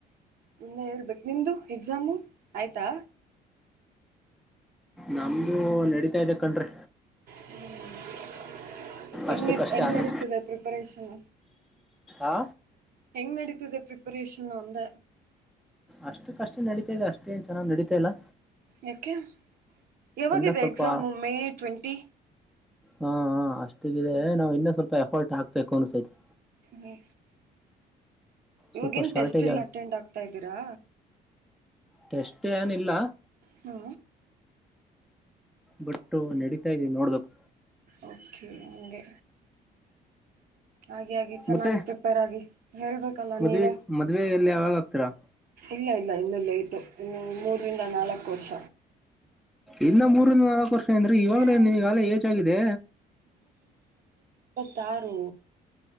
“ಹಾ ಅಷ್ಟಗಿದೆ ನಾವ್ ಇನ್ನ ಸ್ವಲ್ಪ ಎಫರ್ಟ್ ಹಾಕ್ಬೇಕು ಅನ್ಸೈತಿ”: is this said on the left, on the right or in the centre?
Centre